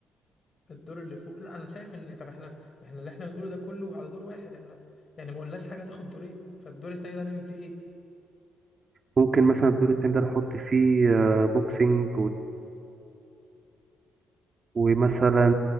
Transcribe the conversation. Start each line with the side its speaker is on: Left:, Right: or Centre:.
Left: الدور اللي فوق لا انا شايف ان طب احنا ما احنا اللي احنا بنقوله ده كله على دور واحد احنا يعني ما قلناش حاجه هتاخد دورين فالدور التاني ده هنعمل فيه ايه
Right: ممكن مثلا الدور التاني ده نحط فيه آه بوكسينج ومثلا